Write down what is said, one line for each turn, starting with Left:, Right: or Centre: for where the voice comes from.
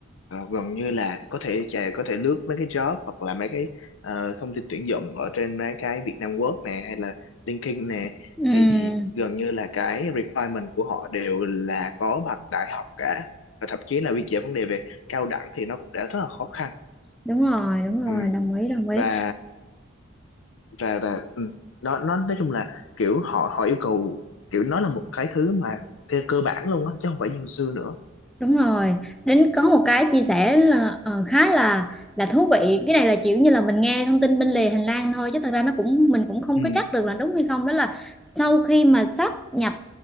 Left: ờ, gần như là có thể chà, có thể lướt mấy cái job hoặc là mấy cái ờ, thông tin tuyển dụng ở trên mấy cái Vietnam Work nè hay là LinkedIn nè
Centre: ừm.
Left: thì gần như là cái requirement của họ đều là có bằng đại học cả và thậm chí là quy chế vấn đề về cao đẳng thì nó cũng đã rất là khó khăn
Centre: Đúng rồi, đúng rồi,
Left: Ừm,
Centre: đồng ý, đồng ý.
Left: và và và ừ, nó nó nói chung là kiểu họ họ yêu cầu kiểu nó là một cái thứ mà cơ, cơ bản luôn á chứ không phải như hồi xưa nữa
Centre: Đúng rồi. Đến có một cái chia sẻ là ờ, khá là là thú vị. Cái này là kiểu như là mình nghe thông tin bên lề hành lang thôi chứ thật ra nó cũng mình cũng không
Left: ừ
Centre: có chắc được là đúng hay không. Đó là sau khi mà sáp nhập